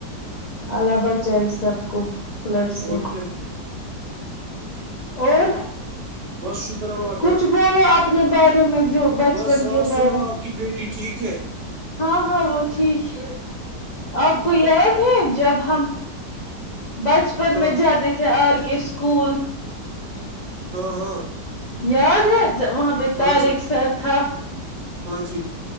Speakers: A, on the left; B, on the right.
A: اللہ بچ چائے سب کو فلڈ سے
B: اور کیا
A: اور
B: بس شکر اللہ کا
A: کچھ بولو اپنے بارے میں جو بچپن
B: بس
A: کے
B: آپ سنا
A: بارے
B: آپ کی بیٹی ٹھیک ہے
A: ہاں ہاں وہ ٹھیک ہے آپ کو یاد ہے جب ہم بچ پن
B: ہاں
A: میں جاتے تھے آر کے اسکول
B: ہاں ہاں
A: یاد ہے وہاں پہ
B: ہاں
A: طارخ
B: جی
A: سر تھا
B: ہاں جی